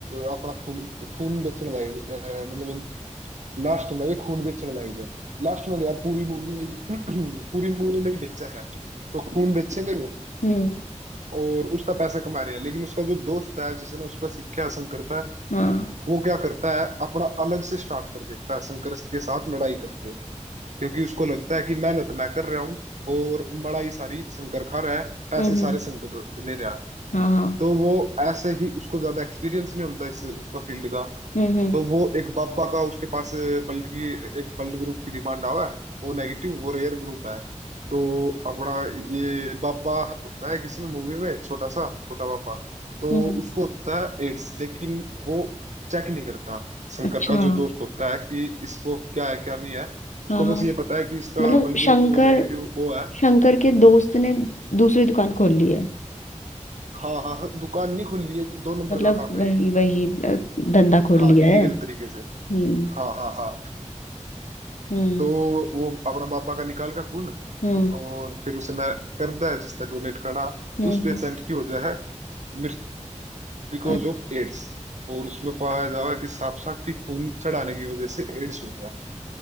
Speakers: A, on the right; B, on the left.
A: अ, अपना खून खून बेचने लग अ, मतलब लास्ट में भी खून बेचने लग जाए लास्ट में क्या यार पूरी मूवी में ही- <clears throat> पूरी मूवी में ही बेचा है तो खून बेचेंगे लोग
B: हम्म
A: और उसका पैसा कमा रहे हैं लेकिन उसका जो दोस्त है जिसने उस पर सीखा शंकर पर
B: हाँ
A: वो क्या करता है अपना अलग से स्टार्ट कर देता है शंकर के साथ लड़ाई करके क्योंकि उसको लगता है कि मेहनत मैं कर रहा हूँ और बड़ाई सारी शंकर खा रहा है पैसे
B: हम्म
A: सारे
B: हम्म,
A: शंकर ले रहा है
B: हाँ हाँ
A: तो वो ऐसे ही उसको ज्यादा एक्सपीरियंस नहीं होता इस उसका फील्ड का
B: हम्म हम्म
A: तो वो एक बाबा का उसके पास ब्लड की एक ब्लड ग्रुप की डिमांड आवा है वो नेगेटिव वो रेयर ग्रुप है तो अपना ये बाबा होता है किसी में मूवी में छोटा सा छोटा बाबा तो
B: हम्म,
A: उसको होता है एड्स लेकिन वो चेक नहीं करता शंकर
B: अच्छा
A: का जो दोस्त होता है कि इसको क्या है क्या नहीं है उसको
B: हाँ हाँ
A: बस ये पता है कि इसका
B: मतलब
A: ब्लड
B: शंकर
A: ग्रुप नेगेटिव ओ है
B: शंकर के दोस्त ने दूसरी दुकान खोल ली है
A: हाँ हाँ हाँ, दुकान नहीं खुल रही है दो नंबर
B: मतलब
A: का काम
B: वही
A: है ये
B: वही अ, धंधा खोल
A: हाँ
B: लिया
A: इलीगल
B: है
A: तरीके से
B: हम्म
A: हाँ हाँ हाँ
B: हम्म
A: तो वो अपना बाबा का निकाल का खून
B: हम्म
A: और फिर उसे मैं कर दिया जिसने डोनेट करना
B: हम्म
A: उस पेशेंट
B: हम्म,
A: की वजह है मृत्यु बिकॉज
B: अच्छा
A: ऑफ एड्स और उसमें पाया जा रहा है कि सांप सांप की खून चढ़ाने की वजह से एड्स हो गया